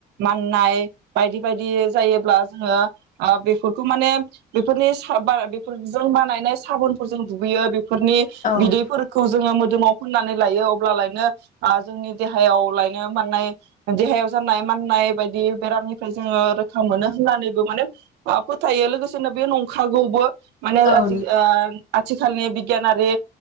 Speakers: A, on the right; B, on the left.
A: माननाय बायदि बायदि जायोब्ला जोङो आ बेफोरखौ माने बेफोरनि सा बा बेफोरजों बानायनाय साबुनफोरजों दुगैयो बे फोरनि
B: औ
A: बिदैफोरखौ जोङो मोन मोदोमाव फोननानै लायो अब्लालायनो जोंनि देहायाव लायनो माने देहायाव जानाय नाय बायदि बेरामनिफ्राय जोङो रोखा मोनो होननानैबो माने फोथायो लोगोसेनो बे नंखागौबो। माने
B: औ
A: आजिग
B: नों
A: आ आथिखालनि बिगियानारि